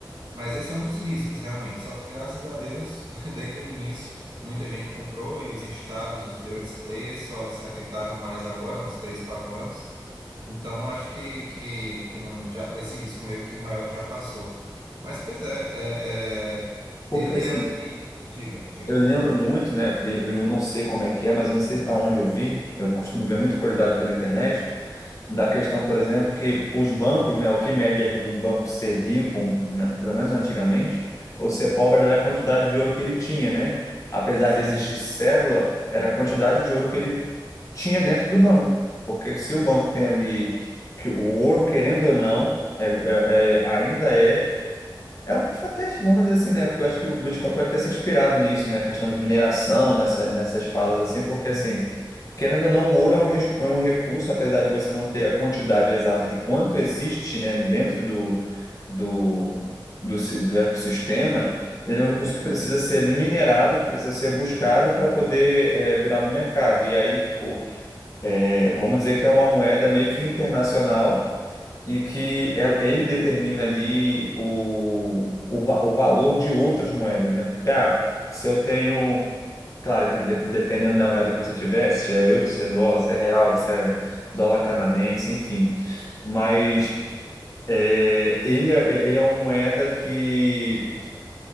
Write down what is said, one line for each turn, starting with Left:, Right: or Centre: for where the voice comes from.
Right: Mas esse é um dos riscos, realmente. Só que, graças a Deus, <laughs> desde o início, muita gente comprou e os estados, os grandes players, só se atentaram mais agora, uns 3, 4 anos. Então, acho que, que, que não, já, esse risco meio que maior que já passou. Mas, pois é, é, é, ele
Left: Porque assim,
Right: é o. e- diga, diga.
Left: Eu lembro muito, né? Eu, eu não sei como é que é, mas eu não sei aonde eu vi. Eu costumo ver muita curiosidade pela internet da questão, por exemplo, que os bancos, né? O que mede é ri- um banco ser rico, um, né, pelo menos antigamente, ou ser pobre era a quantidade de ouro que ele tinha, né? Apesar
Right: Sim,
Left: de existir cédula, era a quantidade de ouro que ele tinha dentro do banco. Porque se o banco tem ali que o ouro, querendo ou não, é, é- é- ainda é é um, até, vamos dizer assim, né? Que eu acho que o Bitcoin pode ter se inspirado nisso, né? A questão de mineração, nessa, nessas falas, assim,
Right: sim.
Left: porque, assim, querendo ou não, o ouro é um, res- é um recurso, apesar de você não ter a quantidade exata de quanto existe, né, dentro do, do, do, si- do ecossistema, ele é um recurso que precisa ser ali minerado, que precisa ser buscado para poder, eh, virar no mercado. E aí, tipo, eh, vamos dizer que é uma moeda meio que internacional e que el- ele determina ali o, o, va- o valor de outras moedas, né? Porque ah, se eu tenho, claro que de- dependendo da moeda que você tiver, se é euro, se é dólar, se é real, se é dólar canadense, enfim. Mas é, ele, é, é, ele é uma moeda que